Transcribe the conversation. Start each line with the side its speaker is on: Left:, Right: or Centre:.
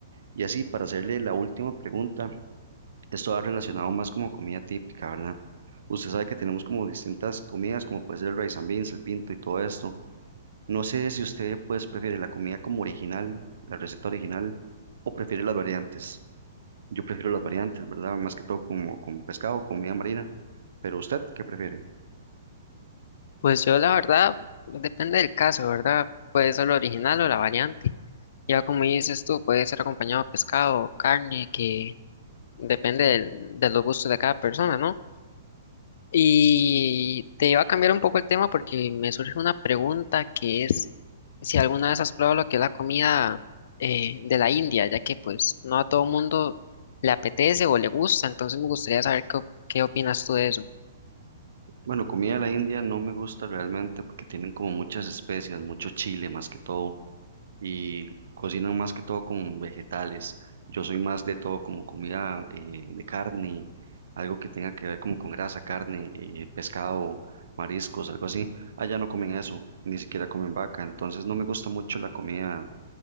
Right: Y así, para hacerle la última pregunta, Esto va relacionado más como comida típica, ¿verdad? Usted sabe que tenemos como distintas comidas, como puede ser el rice and beans, el pinto y todo esto. No sé si usted pues prefiere la comida como original, la receta original, o prefiere las variantes. Yo prefiero las variantes, ¿verdad? Más que todo como con pescado, comida marina. Pero usted, ¿qué prefiere?
Left: Pues yo la verdad, depende del caso, ¿verdad? Puede ser lo original o la variante. Ya como dices tú, puede ser acompañado de pescado, carne, que depende del- de los gustos de cada persona, ¿no? Y te va a cambiar un poco el tema porque me surge una pregunta que es si alguna vez has probado lo que es la comida eh, de la India, ya que pues no a todo mundo le apetece o le gusta, entonces me gustaría saber qué, op- qué opinas tú de eso.
Right: Bueno, comida de la India no me gusta realmente porque tienen como muchas especias, mucho chile más que todo. y cocinan más que todo con vegetales. Yo soy más de todo como comida eh, de carne, algo que tenga que ver como con grasa, carne, eh, pescado, mariscos, algo así. Allá no comen eso, ni siquiera comen vaca, entonces no me gusta mucho la comida